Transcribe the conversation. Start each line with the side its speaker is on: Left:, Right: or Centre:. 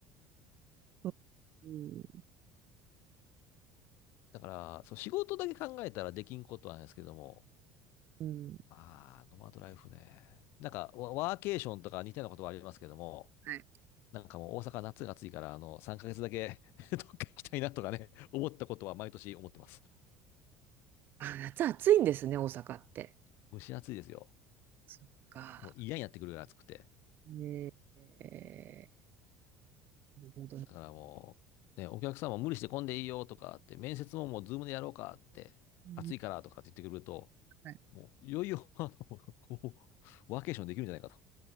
Right: うん。
Left: だから、そう、仕事だけ考えたらできんことはないですけども、
Right: うん。
Left: ああ、ノマドライフね。なんか、ワワーケーションとか似たようなことはありますけども、
Right: はい
Left: なんかもう大阪夏が暑いから、あの、3ヶ月だけ <laughs> どっか行きたいなとかね、思ったことは毎年思ってます。
Right: あ、夏暑いんですね、大阪って。
Left: 蒸し暑いですよ。
Right: そっか。
Left: もう嫌になってくるぐらい暑くて。
Right: ねえなるほどね。
Left: だからもう、ね、お客さんも無理して混んでいいよとかって、面接ももうズームでやろうかって、
Right: うん
Left: 暑いからとかって言ってくると、
Right: はい
Left: もういよいよ、あの、<laughs> ワーケーションできるんじゃないかと